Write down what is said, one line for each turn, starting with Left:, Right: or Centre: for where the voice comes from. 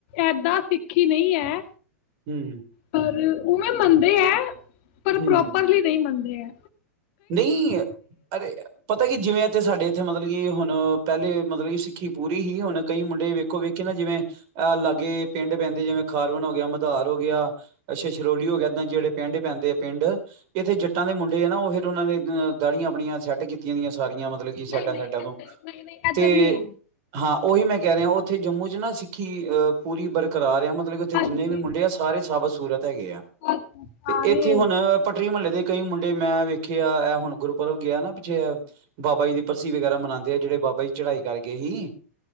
Left: ਏਦਾਂ ਸਿੱਖੀ ਨਹੀਂ ਹੈ।
Right: ਹੂੰ
Left: ਪਰ ਉਵੇਂ ਮੰਨਦੇ ਐ <inaudible> ਪਰ
Right: ਹੂੰ
Left: ਪ੍ਰੋਪਰਲੀ ਨਹੀਂ ਮੰਨਦੇ ਐ।
Right: ਨਹੀਂ, ਅਰੇ ਪਤਾ ਕੀ ਜਿਵੇਂ- ਤੇ ਸਾਡੇ ਇੱਥੇ ਮਤਲਬ ਕਿ, ਹੁਣ ਪਹਿਲੇ ਮਤਲਬ ਕਿ ਸਿੱਖੀ ਪੂਰੀ ਹੀ। ਹੁਣ ਕਈ ਮੁੰਡੇ ਵੇਖੋ-ਵੇਖੇ ਨਾ ਜਿਵੇਂ ਅਹ ਲਾਗੇ ਪਿੰਡ ਪੈਂਦੇ ਜਿਵੇਂ ਖਾਰਵਨ ਹੋ ਗਿਆ, ਮਦਾਰ ਹੋ ਗਿਆ, ਸ਼ਛਰੋਲੀ ਹੋ ਗਿਆ, ਏਦਾਂ ਜਿਹੜੇ ਪਿੰਡ ਪੈਂਦੇ ਆ, ਪਿੰਡ- ਇੱਥੇ ਜੱਟਾਂ ਦੇ ਮੁੰਡੇ, ਆ ਨਾ ਉਹ ਇਹ- ਉਹਨਾਂ ਨੇ ਦਾੜੀਆਂ ਆਪਣੀਆਂ ਸੈੱਟ ਕੀਤੀਆ। ਸਾਰੀਆਂ ਮਤਲਬ ਕਿ ਸਾਾਈਡਾਂ-ਸਾਈਡਾਂ
Left: ਨਹੀਂ-ਨਹੀਂ ਏਧਰ
Right: ਤੋਂ,
Left: ਨਹੀਂ-ਨਹੀਂ
Right: ਤੇ
Left: ਏਧਰ ਨੀ ਹੈ।
Right: ਹਾਂ ਉਹੀ ਮੈਂ ਕਹਿ ਰਿਹਾ ਉੱਥੇ ਜੰਮੂ ' ਨਾ ਸਿੱਖੀ ਪੂਰੀ ਬਰਕਰਾਰ ਹੈ। ਮਤਲਬ ਉੱਥੇ ਜਿੰਨੇ
Left: ਹਾਂਜੀ।
Right: ਵੀ ਮੁੰਡੇ ਆ, ਸਾਰੇ ਸਾਬਤ- ਸੂਰਤ। ਹੈਗੇ ਆ,
Left: ਬਸ ਸਾਰੇ
Right: ਤੇ ਇੱਥੇ ਹੁਣ ਪਟਰੀ ਮੁਹੱਲੇ ਦੇ- ਕਈ ਮੁੰਡੇ ਮੈਂ ਵੇਖੇ, ਆ, ਇਹ ਹੁਣ ਗੁਰੂ ਪੂਰਬ ਗਿਆ ਨਾ ਪਿੱਛੇ। ਇਹ ਬਾਬਾ ਜੀ ਦੀ ਬਰਸੀ ਵਗੈਰਾ ਮਨਾਉਦੇ ਆ, ਜਿਹੜੇ ਬਾਬਾ ਜੀ ਚੜਾਈ- ਕਰ ਗਏ ਹੀ,